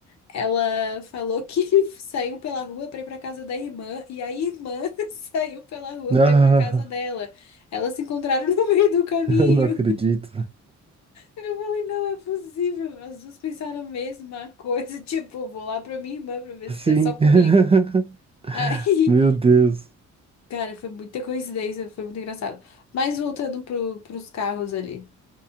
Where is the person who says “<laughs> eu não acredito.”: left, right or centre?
Right